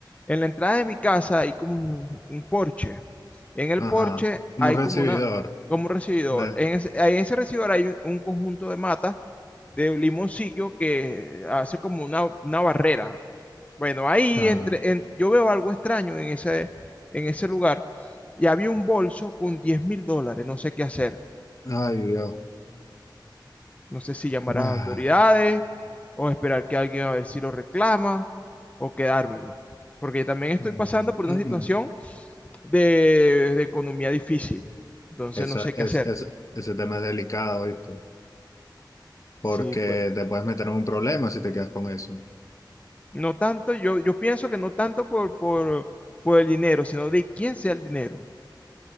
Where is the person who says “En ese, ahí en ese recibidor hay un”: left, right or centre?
Left